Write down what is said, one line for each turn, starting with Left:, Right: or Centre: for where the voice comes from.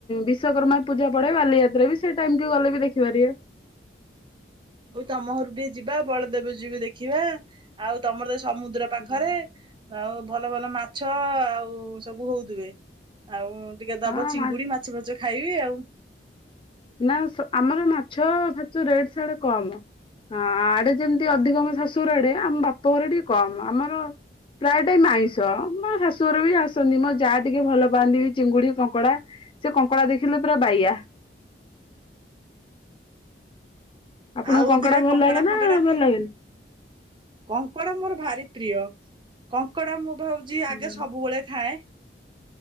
Left: ବିଶ୍ଵକର୍ମା ପୂଜା ପଡେ ବାଲିଯାତ୍ରା ବି ସେଇ ଟାଇମ କି ଗଲେ ବି ଦେଖିପାରିବେ
Right: ହଉ ତମ ଘରୁ ଟିକେ ଯିବା ବଳଦେବ ଯିବା ଦେଖିବା ଆଉ ତମର ତ ସମୁଦ୍ର ପାଖରେ
Left: ହୁଁ।
Right: ଆଉ ଭଲ ଭଲ ମାଛ ଆଉ ସବୁ ହଉଥିବେ ଆଉ ଟିକେ
Left: ହଁ
Right: ଦବ ଚିଙ୍ଗୁଡି
Left: ମା
Right: ମାଛ ଫଛ ଖାଇବି ଆଉ
Left: ନା ଆମର ମାଛ ଫାଛ ରେଟ ସାଡେ କମ ହଁ ଆଡେ ଯେମିତି ଅଧିକ ଆମ ଶାଶୁର ଆଡେ ଆମ ବାପ ଘର ଟିକେ କମ ଆମର ପ୍ରାୟ ଟାଇମ ଆଇଁସ ମୋ ଶାଶୁଘର ବି ଆସନ୍ତି ମୋ ଯା ଟିକେ ଭଲ ପାଆନ୍ତି ଚିଙ୍ଗୁଡି କଙ୍କଡା ସେ କଙ୍କଡ଼ା ଦେଖିଲେ ପୁରା ବାଇଆା ଆପଣଙ୍କୁ
Right: ଆଉ ଧୀରେ
Left: ଭଲ
Right: କଙ୍କଡା
Left: ଲାଗେ ନା
Right: ଫଙ୍କଡା
Left: ଭଲ ଲାଗେନି?
Right: କଙ୍କଡା ମୋର ଭାରି ପ୍ରିୟ କଙ୍କଡା ମୁଁ ଭାବୁଛି
Left: ହଁ
Right: ଆଗେ ସବୁବେଳେ ଖାଏ